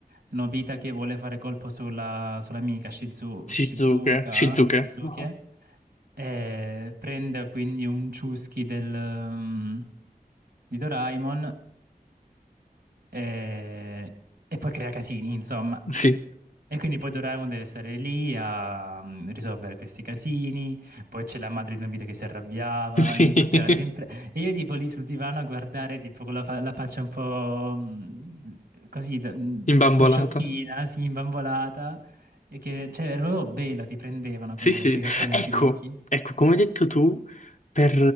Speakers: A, on the right; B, on the left.
A: Nobita che vuole fare colpo sulla, sull'amica Shizu,
B: Shizuke.
A: Shizuka,
B: Shizuke.
A: Shizuki,
B: No.
A: e prende quindi un ciuschi del, um, di Doraemon e, e poi crea casini, insomma.
B: Sì,
A: E quindi poi Doraemon deve stare lì a mm, risolvere questi casini, poi c'è la madre di Nobita che si arrabbiava,
B: sì.
A: ogni volta
B: <laughs>
A: era sempre... E io tipo lì sul divano a guardare tipo con la, fa- la faccia un po' mm, così, da- mm,
B: Imbambolata.
A: un po' sciocchina, sì, imbambolata, e che cioè, era proprio bello, ti prendevano
B: Sì,
A: quelle-
B: sì,
A: quei cartoni
B: ecco,
A: animati vecchi.
B: ecco, come hai detto tu, per,